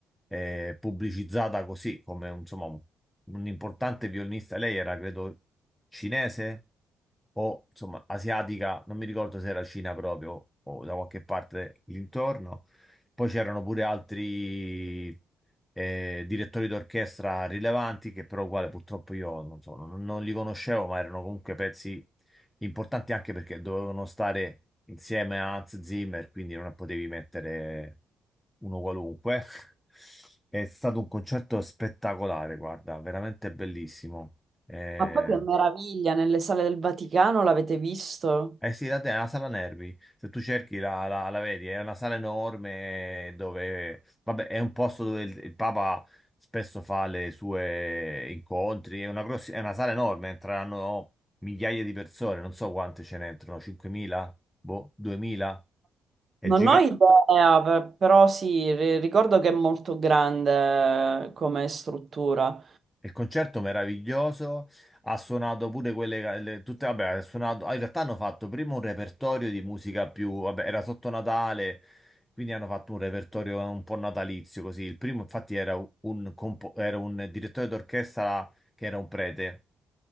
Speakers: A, in the centre; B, on the right (about 40°).
A: eh, pubblicizzata così come insomma un, un importante violinista. Lei era, credo, cinese o insomma asiatica, non mi ricordo se era Cina proprio o da qualche parte l'intorno. Poi c'erano pure altri eh, direttori d'orchestra rilevanti che però uguale purtroppo io non so, non, non li conoscevo, ma erano comunque pezzi Importante anche perché dovevano stare insieme a Hans Zimmer, quindi non potevi mettere uno qualunque. <laughs> È stato un concerto spettacolare, guarda, veramente bellissimo. Eh,
B: Ma poi che meraviglia, nelle sale del Vaticano l'avete visto?
A: Eh sì, da te è una sala nervi, se tu cerchi la, la- la vedi, è una sala enorme dove, vabbè, è un posto dove il, il Papa spesso fa le sue incontri, è una, grossi- è una sala enorme, entreranno migliaia di persone, non so quante ce ne entrano, 5.000, boh, 2.000, è
B: Non
A: gigante.
B: ho idea, pe- però sì, ri- ricordo che è molto grande eh, come struttura.
A: Il concerto meraviglioso, ha suonato pure quelle, le- tutte, vabbè, ha suonato, ah, in realtà hanno fatto prima un repertorio di musica più, vabbè, era sotto Natale, quindi hanno fatto un repertorio un po' natalizio così. Il primo infatti era un, compo- era un direttore d'orchestra che era un prete,